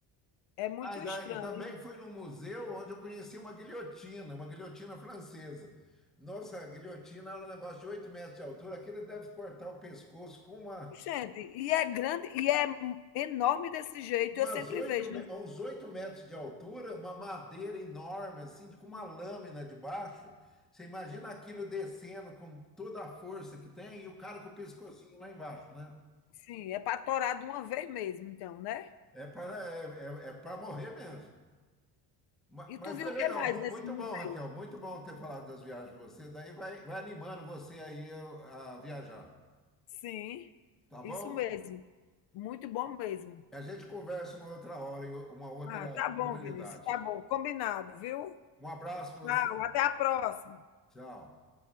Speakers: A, on the left; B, in the centre.
A: É muito
B: Ah, e, da-
A: estranho.
B: e também fui num museu onde eu conheci uma guilhotina, uma guilhotina francesa. Nossa, a guilhotina era um negócio de 8 metros de altura, aquele deve cortar o pescoço com uma,
A: Gente, e é grande, e é enorme desse jeito,
B: umas
A: eu sempre
B: oito,
A: vejo. né?
B: uns 8 metros de altura, uma madeira enorme, assim, com uma lâmina debaixo. Você imagina aquilo descendo com toda a força que tem e o cara com o pescocinho lá embaixo, né?
A: Sim, é para torar de uma vez mesmo, então, né?
B: É para é, é, é para morrer mesmo. Ma-
A: E
B: Mas,
A: tu viu
B: foi
A: o
B: legal,
A: que mais
B: mu-
A: nesse
B: muito
A: museu?
B: bom, Raquel, muito bom ter falado das viagens de você. Daí vai, vai animando você aí a, a viajar,
A: Sim,
B: tá bom?
A: isso mesmo. Muito bom mesmo.
B: A gente conversa uma outra hora, em uma outra
A: Ah,
B: oportunidade.
A: tá bom, Vinícius, tá bom. Combinado, viu?
B: Um abraço para
A: Tchau,
B: você.
A: até a próxima.
B: Tchau.